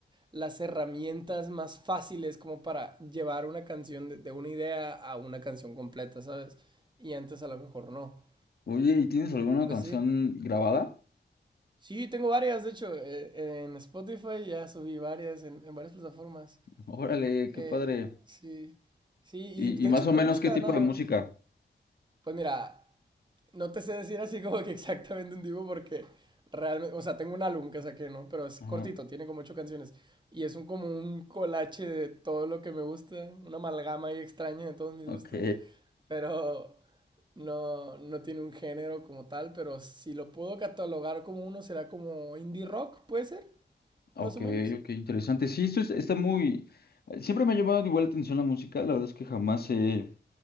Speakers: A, on the right; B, on the left.
A: las herramientas más fáciles como para llevar una canción de, de una idea a una canción completa, ¿sabes? Y antes a lo mejor no.
B: Oye, ¿y tienes alguna
A: Pues
B: canción
A: sí.
B: grabada?
A: Sí, tengo varias, de hecho, eh, en Spotify ya subí varias, en, en varias plataformas.
B: Órale, qué
A: Eh,
B: padre.
A: sí, sí, y
B: Y,
A: de
B: y más
A: hecho
B: o
A: me
B: menos
A: gusta
B: qué tipo
A: nada
B: de música.
A: más. Pues mira, No te sé decir así como que exactamente un tipo porque realmente, o sea, tengo un álbum que saqué, ¿no? Pero es
B: Ajá.
A: cortito, tiene como ocho canciones. Y es un, como un colache de todo lo que me gusta, una amalgama ahí extraña de todos mis
B: Ok,
A: gustos. Pero no, no tiene un género como tal, pero si lo puedo catalogar como uno, será como indie rock, puede ser,
B: ok,
A: más o menos.
B: ok, interesante. Sí, esto es- está muy... Siempre me ha llamado igual la atención la música, la verdad es que jamás he...